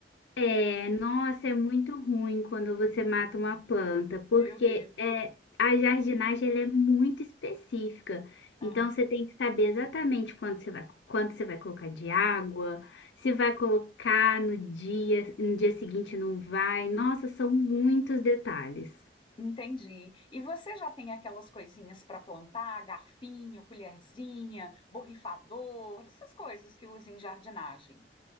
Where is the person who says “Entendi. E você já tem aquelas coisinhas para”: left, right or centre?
Left